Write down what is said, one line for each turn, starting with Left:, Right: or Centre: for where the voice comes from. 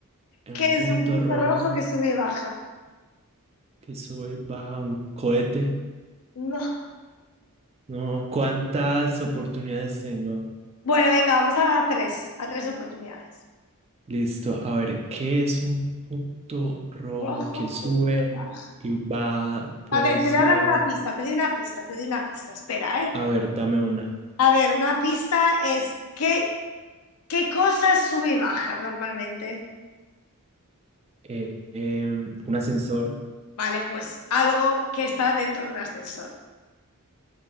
Right: un
Left: ¿Qué
Right: punto
Left: es un punto
Right: rojo
Left: rojo que sube y baja?
Right: que sube y baja un cohete.
Left: No.
Right: No, ¿cuántas oportunidades tengo?
Left: Bueno, venga, vamos a tres, a tres oportunidades.
Right: Listo, a ver, ¿qué es un punto rojo
Left: Rojo
Right: que sube
Left: que sube y baja.
Right: y va? Puede
Left: A ver,
Right: ser,
Left: te voy a dar una pista, te doy una pista, te doy una pista, espera, ¿eh?
Right: a ver, dame una.
Left: A ver, una pista es qué, qué cosa sube y baja normalmente.
Right: Eh, em, un ascensor,
Left: Vale, pues algo que está dentro de un ascensor.